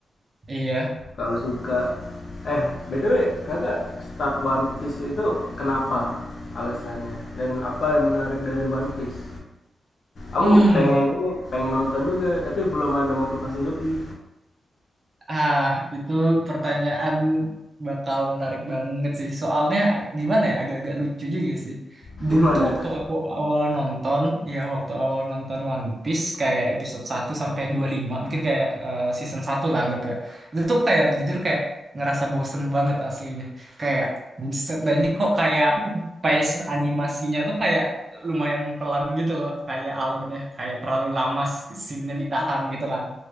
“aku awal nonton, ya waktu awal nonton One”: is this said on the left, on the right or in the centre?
Right